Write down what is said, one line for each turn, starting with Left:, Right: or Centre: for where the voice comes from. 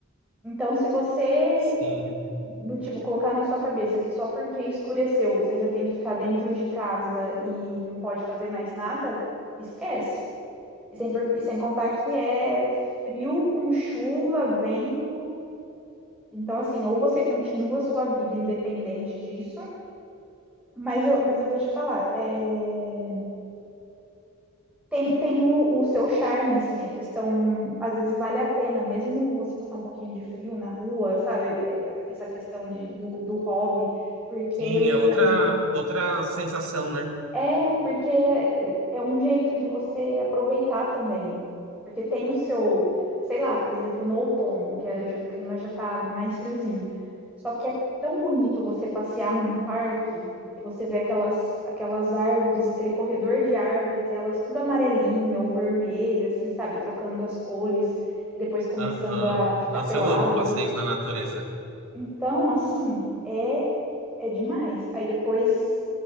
Centre: Então, se você,
Right: Sim.
Centre: do tipo, colocar na sua cabeça que só porque escureceu você já tem que ficar dentro de casa e não pode fazer mais nada, esquece. E sem, por- e sem contar que é frio com chuva, vento. Então, assim, ou você continua a sua vida independente disso, mas eu, mas eu vou te falar, é, Tem, tem o, o seu charme, assim, a questão, às vezes vale a pena, mesmo você passar um pouquinho de frio na rua, sabe? É, é, Essa questão de, do, do hobby, porque
Right: Sim, é outra, outra sensação, né?
Centre: é, porque é é um jeito de você aproveitar também. Porque tem o seu, sei lá, por exemplo, no outono, que é- o clima já tá mais friozinho. Só que é tão bonito você passear num parque e você vê aquelas, aquelas árvores, aquele corredor de árvores, e elas tudo amarelinha ou vermelha, assim, sabe? Trocando as cores e depois começando
Right: Aham.
Centre: a ficar
Right: Nossa,
Centre: peladas,
Right: eu amo passeios na natureza.
Centre: então, assim, é é demais. Aí depois,